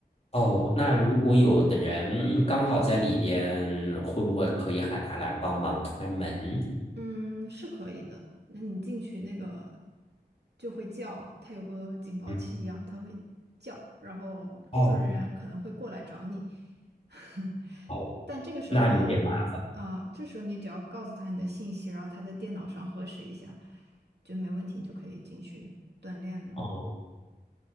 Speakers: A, on the left (about 35°); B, on the right (about 80°).
A: 哦，那如果有的人刚好在里边，会不会可以喊他来帮忙开门？
B: 嗯，是可以的。那你进去那个就会叫，它有个警报器一样，
A: 嗯，
B: 它会叫，然后工作人员可能会过来找你。
A: 哦，
B: <laughs>
A: 哦，
B: 但这个时候呢，
A: 那有点麻烦。
B: 啊、这时候你只要告诉他你的信息，然后他在电脑上核实一下，就没问题，你就可以进去锻炼了。
A: 哦。